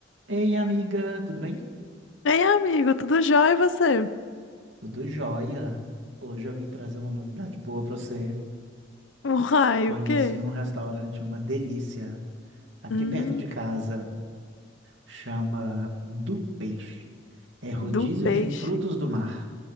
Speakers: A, on the right; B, on the left.
A: Ei, amiga, tudo bem?
B: Ei, amigo, tudo jóia e você?
A: Tudo jóia. Hoje eu vim trazer uma novidade boa para você.
B: Uai,
A: Conheci
B: o quê?
A: um restaurante, uma delícia, aqui
B: Hum,
A: perto de casa. Chama Do Peixe. É rodízio
B: do peixe.
A: de frutos do mar.